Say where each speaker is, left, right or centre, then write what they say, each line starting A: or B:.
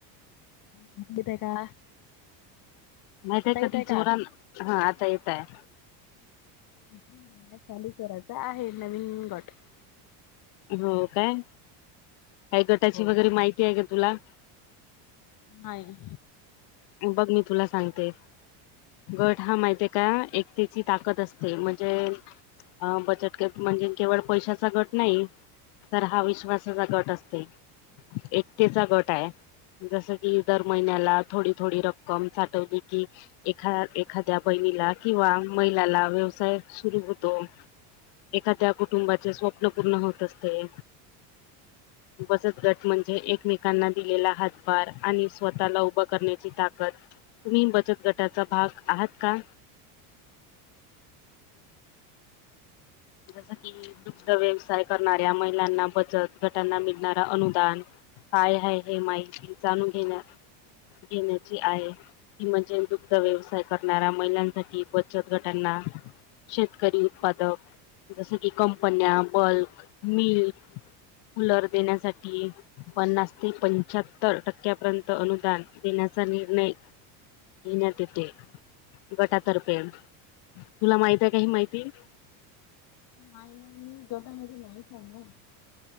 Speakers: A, on the left (about 45°); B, on the left (about 60°).
A: <unintelligible> का?
B: माहीताय,
A: आता
B: कधी
A: येतय
B: जोरान,
A: का?
B: हा, आता येताय.
A: <unintelligible> चालू करायचं आहे. नवीन गट
B: हो काय? काय गटाची
A: हो
B: वगैरे माहिती आहे का तुला?
A: नाही.
B: बग मी तुला सांगते. गट हा माहितेय का एकतेची ताकत असते, म्हणजे, अ, बचत गट म्हणजे केवळ पैशाचा गट नाही. तर हा विश्वासाचा गट असतंय. एकतेचा गटा आहे, जसं की दर महिन्याला थोडी थोडी रक्कम साठवली कि एखा एखाद्या बहिणीला किंवा महिलाला व्यवसाय सुरू होतो. एखाद्या कुटुंबाचे स्वप्न पूर्ण होत असते. बचत गट म्हणजे एकमेकांना दिलेला हातभार आणि स्वतःला उभा करणे ची ताकद तुम्ही बचत गटाचा भाग आहेत का? जसं की, दुग्ध व्यवसाय करणाऱ्या महिलांना, बचत गटांना मिळणारा अनुदान काय आहे हि माहिती जाणून घेणं घेण्याची आहे ती म्हणजे दुग्ध-व्यवसाय करणाऱ्या महिलांसाठी, बचत गटांना, शेतकरी उत्पादक जसं की, कंपन्या, बल्क मिल्क कुलर देण्यासाठी पन्नास ते पंच्याहत्तर टक्क्यांपर्यंत अनुदान देण्याचा निर्णय घेण्यात येते, गटातर्फे, तुला माहिताय काय ही माहिती?
A: <unintelligible>